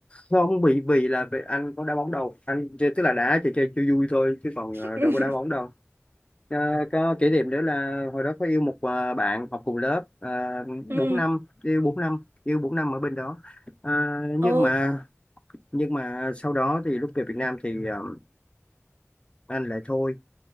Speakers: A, on the left; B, on the right.
A: không bị vì là vì anh có đá bóng đâu anh chơi tức là đá chơi chơi chơi vui thôi chứ còn ờ,
B: <laughs>
A: đâu có đá bóng đâu Ờ, có kỷ niệm nữa là hồi đó có yêu một ờ, bạn học cùng lớp uh,
B: ừ
A: 4 năm yêu 4 năm yêu 4 năm ở bên đó Ờ, nhưng
B: ồ
A: mà nhưng mà sau đó thì lúc về Việt Nam thì ờ, anh lại thôi